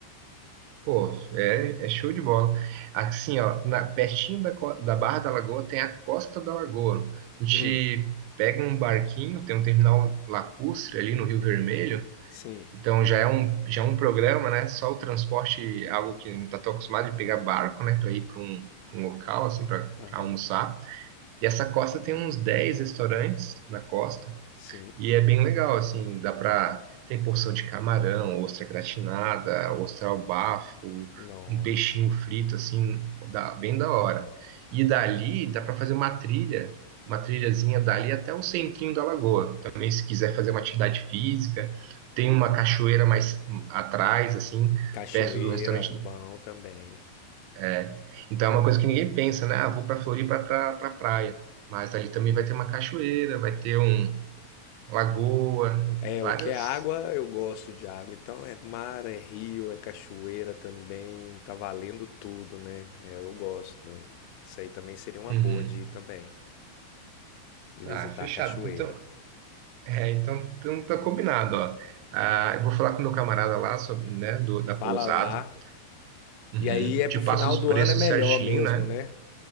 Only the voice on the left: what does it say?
Hum,
sim,
aham,
sim,
nossa.
Cachoeira,
bom
também.
É,
o que é água, eu gosto de água. Então é mar, é rio, é cachoeira também. Tá valendo tudo, né? É, eu gosto. né? Isso aí também seria uma
boa de ir também, de visitar
a cachoeira.
Fala lá.
E aí é
pro final
do
ano é melhor
mesmo,
né?